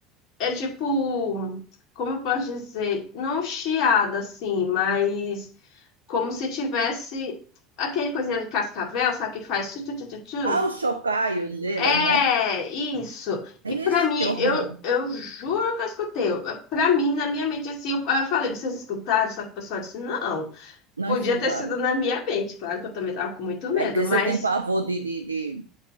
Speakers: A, on the left; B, on the right.
A: é tipo, como eu posso dizer, não chiado assim, mas como se tivesse aquele coisinha de cascavel, sabe, que faz tu, tu, tu, tu, tu.
B: Ah, o chocalho dela,
A: É,
B: né?
A: isso. E pra
B: Ixi,
A: mim,
B: que horror.
A: eu, eu juro que eu escutei. Eu- Pra mim, na minha mente, assim, eu, eu falei, vocês escutaram? Só que o pessoal disse, não.
B: Não
A: Podia
B: escutaram.
A: ter sido na minha mente, claro que eu também tava com muito medo,
B: É porque você
A: mas,
B: tem pavor de, de, de,